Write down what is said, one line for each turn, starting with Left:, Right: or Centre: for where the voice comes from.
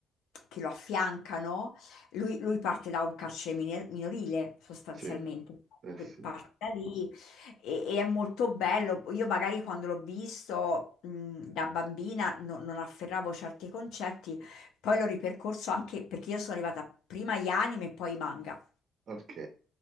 Left: che lo affiancano, lui, lui parte da un carcere mine- minorile sostanzialmente,
Right: Sì, eh
Left: Quel-
Right: sì.
Left: parte da lì e, e è molto bello. Io magari quando l'ho visto mh, da bambina no- non afferravo certi concetti, poi l'ho ripercorso anche perché io sono arrivata prima agli anime e poi ai manga.
Right: Ok.